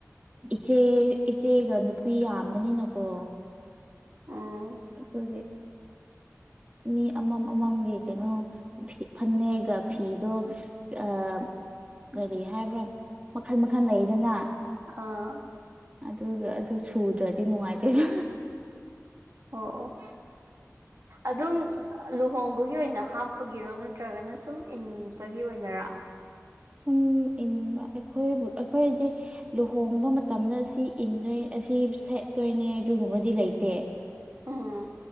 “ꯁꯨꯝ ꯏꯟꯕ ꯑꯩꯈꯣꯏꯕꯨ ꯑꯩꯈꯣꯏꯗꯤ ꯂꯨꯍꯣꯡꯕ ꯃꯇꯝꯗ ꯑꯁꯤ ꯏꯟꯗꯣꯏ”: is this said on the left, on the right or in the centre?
Right